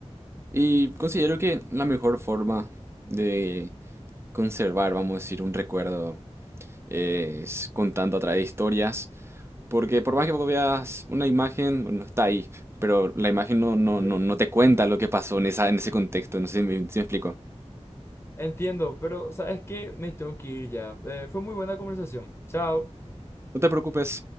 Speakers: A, on the right; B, on the left.
A: Y considero que la mejor forma de conservar, vamos a decir, un recuerdo es contando a través de historias. Porque por más que vos veas una imagen, bueno, está ahí. Pero la imagen no, no,
B: Sí.
A: no, no te cuenta lo que pasó en esa, en ese contexto. No sé si me si me explico.
B: Entiendo, pero ¿sabes qué? Me tengo que ir ya. Eh, fue muy buena conversación. Chao.
A: No te preocupes.